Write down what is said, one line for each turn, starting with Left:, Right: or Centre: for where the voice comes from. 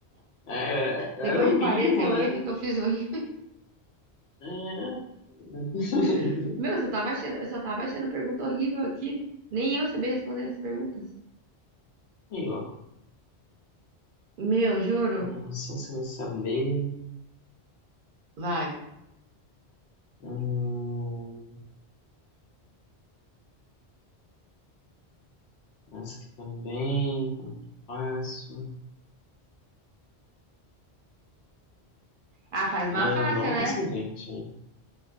Left: É,
Right: Depois
Left: era o
Right: de quarenta
Left: mínimo,
Right: e oito
Left: né?
Right: que eu fiz horrível.
Left: É. <laughs>
Right: <laughs> Meu, eu só tava achando, eu só tava achando pergunta horrível aqui. Nem eu sabia responder as perguntas.
Left: Aí, ó.
Right: Meu, juro.
Left: Nossa, se eu vou saber.
Right: Vai.
Left: Hum, essa aqui também, tá muito fácil.
Right: Ah, faz uma
Left: Ah,
Right: fácil,
Left: nossa,
Right: né?
Left: gente.